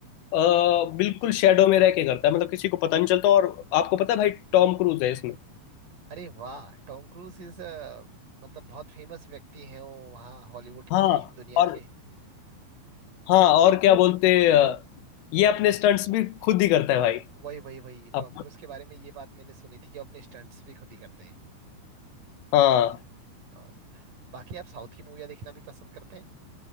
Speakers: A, on the left; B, on the right.
A: अ, बिल्कुल शेडो में रह के करता है मतलब किसी को पता नहीं चलता और आपको पता है भाई टॉम क्रूज है इसमें
B: अरे वाह टॉम क्रूज इज मतलब बहुत फेमस व्यक्ति हैं वो वहाँ हॉलीवुड
A: हाँ
B: की दुनिया
A: और
B: के
A: हाँ और क्या बोलते अ, ये अपने स्टंट्स भी खुद ही करता है भाई
B: वही वही वही
A: आप
B: टॉम क्रूज के बारे में ये बात मैंने सुनी थी कि वो अपने स्टंट्स भी खुद ही करते हैं
A: हाँ
B: और बाकी आप साउथ की मूवियाँ देखना भी पसंद करते हैं